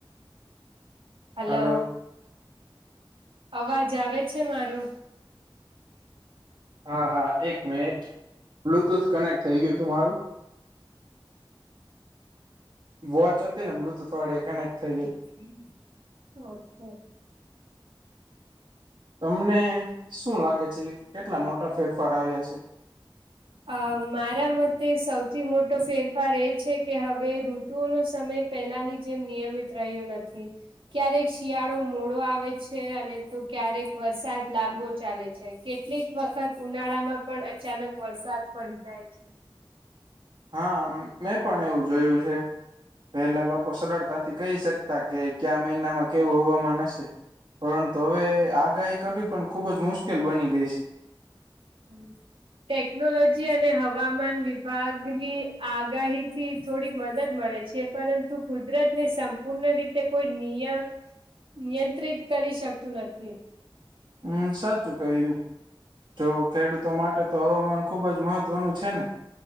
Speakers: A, on the right; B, on the right.
A: hello!
B: Hello
A: અવાજ આવે છે મારો?
B: હા હા એક મિનિટ બ્લુટુથ કનેક્ટ થઇ ગયું તું મારું. વોચ હતી ને બ્લુટુથ વાળી કનેક્ટ થઈ ગઈ હતી.
A: હમ.
B: તમને શું લાગે છે? કેટલા મોટા ફેરફાર આવ્યા છે.
A: અ મારા મતે સૌથી મોટો ફેરફાર એ છે કે હવે ર ટુ નો સમય પહેલાની જેમ નિયમિત રહ્યો નથી. ક્યારેક શિયાળો મોડો આવે છે અને તો ક્યારેક વરસાદ લાંબો ચાલે છે. કેટલીક વખત ઉનાળામાં પણ અચાનક વરસાદ પડી જાય છે.
B: હા મેં પણ એવું જોયું છે પહેલા લોકો સરળતા થી કહી શકતા કે કયા મહિનામાં કેવું હવામાન હશે. પરંતુ હવે આગાહી કરવી પણ ખુબ જ મુશ્કેલ બની ગઈ છે.
A: હમ. ટેકનોલોજી અને હવામાન વિભાગની આગાહી થી થોડી મદદ મળે છે. છે પરંતુ કુદરત ને સંપૂર્ણ રીતે કોઈ નિયમ. નિયંત્રિત કરી શકતું નથી.
B: હમ્મ, સાચું કહ્યું. જો ખેડૂતો માટે તો હવામાન ખુબ જ મહત્વનું છે ને?